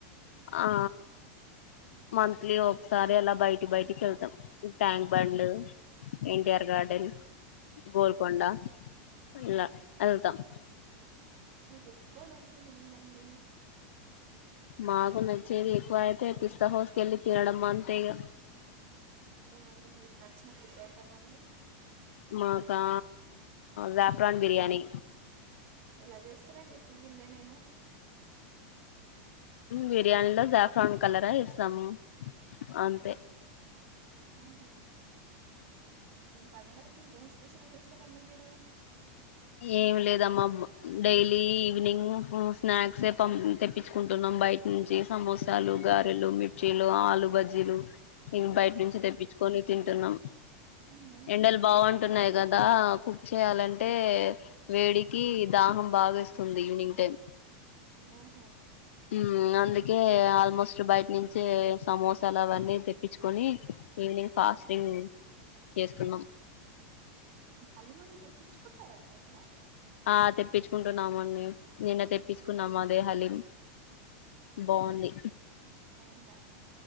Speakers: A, on the left; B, on the right.
A: ఆ మంత్లీ ఒకసారి అలా బయటి బయటికి వెళ్తాం ట్యాంక్ బండ్ ఎన్టీఆర్ గార్డెన్ గోల్కొండ ఎలా ఎతాం
B: నీకు ఎక్కువ నచ్చింది అండి పిట్టే సౌండ్
A: మాకు నచ్చేది ఎక్కువ అయితే పిస్తా హౌస్ కు వెళ్ళి తినడం అంతే ఇగ
B: అంతేనండి మీకు నచ్చిన ఫుడ్ ఐటం అండి
A: మాకా జాఫ్రాన్ బిర్యాని
B: ఎలా చేస్తారండి ఎప్పుడు వినలే నేను
A: బిర్యానీలో జాఫ్రాన్ కలరా ఇస్తాము అంతే
B: ఆహా పండగలకి ఇంకేం స్పెషల్ చేస్తారండి మీరు
A: ఏమి లేదమ్మా డైలీ ఈవినింగ్ స్నాక్స్ తెప్పించుకుంటున్నాం బయట నుంచి సమోసాలు గారెలు మిర్చీలు ఆలు బజ్జీలు బయట
B: హ్మ్.
A: నుంచి తెప్పించుకొని తింటున్నాం
B: హ్మ్.
A: ఎండలు బాగుంటున్నాయి కదా చేయాలంటే వేడికి దాహం బాగా ఇస్తుంది ఈవినింగ్ టైం
B: ఓహో
A: ఉ అందు ఆల్మోస్ట్ బయట నుంచి సమోసలు అవన్నీ తెప్పించుకొని ఈవినింగ్ ఫాస్టింగ్ చేస్తున్నాం
B: హలీమవి తెప్పించుకుంటారండి ఎక్కడ
A: ఆ తెప్పించుకుంటున్నామండి నిన్న తెప్పించుకున్నామా హలీం బాగుంది
B: బాగుందా